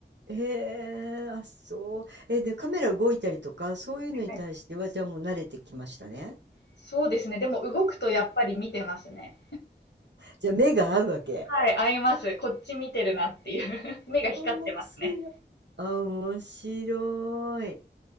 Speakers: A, on the right; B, on the left.
A: ええあ、そう。え、で、カメラ動いたりとか、そういうのに対しては、
B: はい
A: じゃあもう慣れてきましたね。
B: そうですね。でも動くとやっぱり見てますね。
A: うん。じゃあ目が合うわけ。
B: はい、合います。こっち見てるなっていう。<laughs> 目が光ってますね。
A: 面白い。面白い。